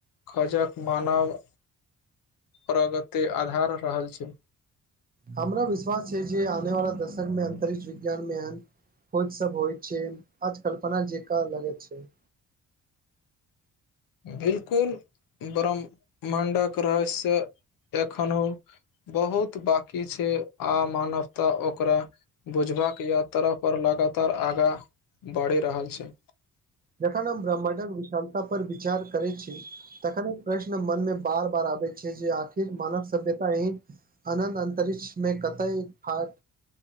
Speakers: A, on the left (about 90°); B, on the right (about 25°).
A: खोजक मानव प्रगति आधार रहल छै
B: हमरा विश्वास छै, जे आनेवला दशकमे अन्तरिक्ष विज्ञानमे एहन खोज सब होय छै, आज कल्पना जेकां लगै छैय
A: बिल्कुल ब्रह्ममांडक रहस्य एखनौ बहुत बांकी छै आ मानवता ओकरा बुझबाक यात्रा पर लगातार आगाँ बढ़ी रहल छै
B: जखन हम ब्रह्मांडक विशालता पर विचार करै छी तखन प्रश्न मनमे बार बार आबैत छै जे आखिर मानव सभ्यता हीं अनन्द अन्तरिक्ष मे कतय फाट